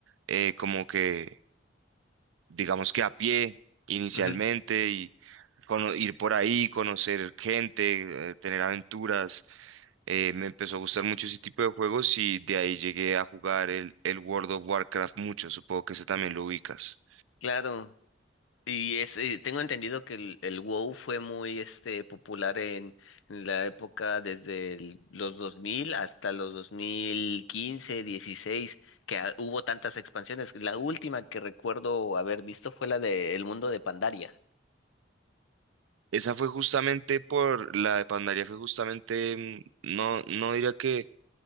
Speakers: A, on the right; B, on the left.
A: eh, como que digamos que a pie inicialmente
B: Ujú.
A: y cono- ir por ahí, conocer gente, eh, tener aventuras eh, me empezó a gustar mucho ese tipo de juegos y de ahí llegué a jugar el, el World of Warcraft mucho. Supongo que ese también lo ubicas.
B: Claro, y es, eh, tengo entendido que el, el WoW fue muy este, popular en, en la época desde el- los 2000 hasta los 2015, 16, que ah, hubo tantas expansiones. La última que recuerdo haber visto fue la de El Mundo de Pandaria.
A: Esa fue justamente por la de Pandaria, fue justamente, mm, no, no diría que,